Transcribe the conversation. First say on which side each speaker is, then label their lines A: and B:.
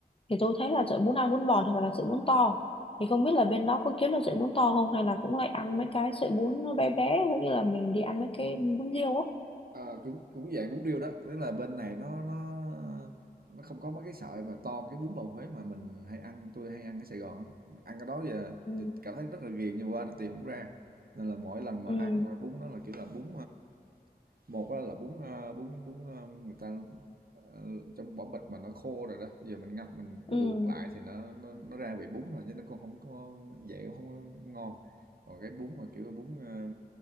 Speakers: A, on the left (about 35°); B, on the right (about 65°).
A: thì tôi thấy là sợi bún ăn bún bò thì phải là sợi bún to thì không biết là bên đó có kiếm được sợi bún to không hay là cũng lại ăn mấy cái sợi bún nó bé bé giống như là mình đi ăn mấy cái bún riêu á
B: ờ, cũng cũng dạng bún riêu đó, tức là bên này nó nó nó không có mấy cái sợi mà to cái bún bầu Huế mà mình hay ăn, tôi hay ăn ở Sài Gòn á. Ăn cái đó giờ
A: ừ
B: thì cảm thấy rất là ghiền nhưng mà qua thì tìm không ra, nên là mỗi lần mà
A: ừ
B: ăn bún đó là, kiểu là, bún, Một á là bún, a, bún bún, a, người ta, ờ, trong vỏ bịch mà nó khô rồi đó, bây giờ mình ngập mình luộc
A: ừ
B: lại thì nó nó nó ra vị bún rồi, chứ nó cũng không có dẻo không có ngon. Còn cái bún mà, kiểu, bún, a,